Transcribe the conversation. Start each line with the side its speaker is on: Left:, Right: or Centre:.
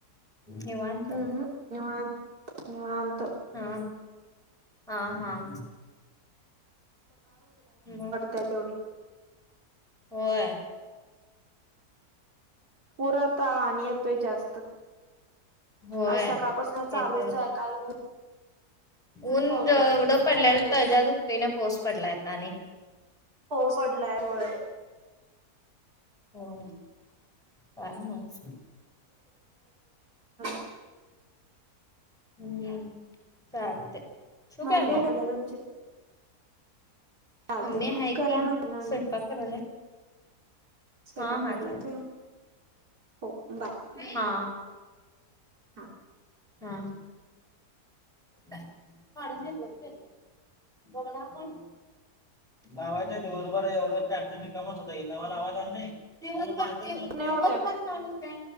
Centre: निवांत
Right: हम्म हम्म निवांत निवांत
Centre: हा हा हा मग
Right: तेवढे
Centre: होय
Right: पुरात आणि येतोय जास्त
Centre: होय
Right: आज सकाळपासून चालूच
Centre: येतोय
Right: हाय काय उघ
Centre: ऊन
Right: पावसाची
Centre: जवढं
Right: किती
Centre: पडल्याल
Right: मोठा पाऊस
Centre: तेज्या
Right: आहे
Centre: दुपटने पाऊस पडलाय आणि
Right: होय, पडलाय होय
Centre: हो काय माहित
Right: <inaudible>
Centre: हम्म, चालतंय ठेवू
Right: मम्मी काय
Centre: मग?
Right: करालीया तुमची? चालतंय
Centre: मम्मी
Right: ठेवा,
Centre: आहे की
Right: करा नंतर आणी.
Centre: स्वयंपाक करायला
Right: स्वयपाक
Centre: हा हा
Right: कराल्यात
Centre: चालेल
Right: होय, हो बाय
Centre: हा
Right: हा
Centre: हा, काढून घेतल्यात व्हय. बघणार कोण? लावायचं दिवसभर एवढ चार्जिंग रिकामं होता की तवा लावाय आला नाही? दिवसभर, दिवसभर
Right: नाही होत
Centre: काय होतंय